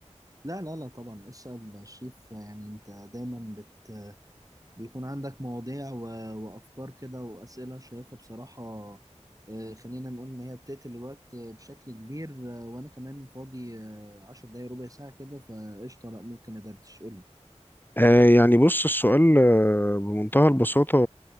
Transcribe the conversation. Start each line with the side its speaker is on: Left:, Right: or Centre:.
Right: لا لا لا طبعا اسأل شريف يعني انت دايما بت... بيكون عندك مواضيع و... وافكار كده واسئلة شيقة بصراحة آه، خلينا نقول ان هي بتقتل الوقت آه، بشكل كبير آه، وانا كمان فاضي آه، عشر دقايق ربع ساعة كده فقشطة لا ممكن ادردش قول لي
Left: آه، يعني بص السؤال آه، بمنتهى البساطة